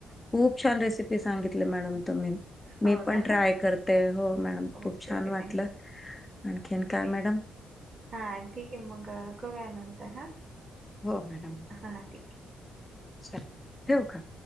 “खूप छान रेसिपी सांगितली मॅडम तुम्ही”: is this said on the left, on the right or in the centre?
Left